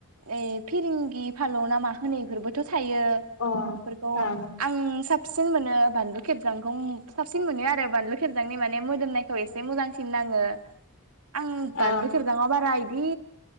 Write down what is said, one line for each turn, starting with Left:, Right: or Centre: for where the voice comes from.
Right: ए फिरिेंगि फानलौ ना मा होनो बेफोरबोथ' थायो
Left: ओं
Right: बेफोरखौ
Left: अ
Right: आं साबसिन मोनो बानलु खेबजांखौ ओम साबसिन मोनो आरो बानलु खेबजांनि माने मोदोमनायखौ एसे मोजांसिन नाङो। आं
Left: ओं
Right: बानलु खेबजाङाव बारा बि